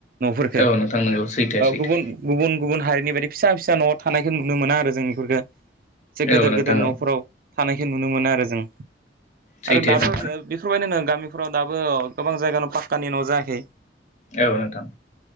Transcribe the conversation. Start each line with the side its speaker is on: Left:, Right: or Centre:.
Right: न'फोरखौ
Left: औ नोंथां नंगौ सैथो
Right: ओ
Left: सैथो
Right: गुबुन गुबुन गुबुन हारिनि बायदि फिसा फिसा न'आव थानायखौ नुनो मोना आरो जोंनिफोरखौ से
Left: औ
Right: गेदेर
Left: नोंथां
Right: गेदेर
Left: औ
Right: न'फोराव थानायखौ नुनो मोना आरो जों
Left: सैथो
Right: आरो दाबो
Left: नोंथां
Right: बेबेफोरबायदिनो नों गामिफोराव दाबो अ गोबां जायगानि पाक्कानि न' जायाखै
Left: औ नोंथां